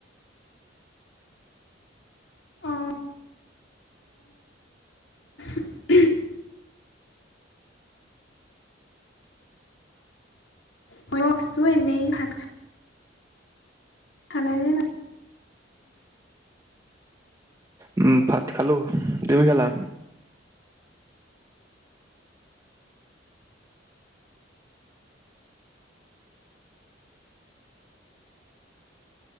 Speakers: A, on the left; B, on the right.
A: অঁ <unintelligible> মইয়ো আছো এনেই, ভাত খা খালানে নাই?
B: উম, ভাত খালো। তুমি খালা?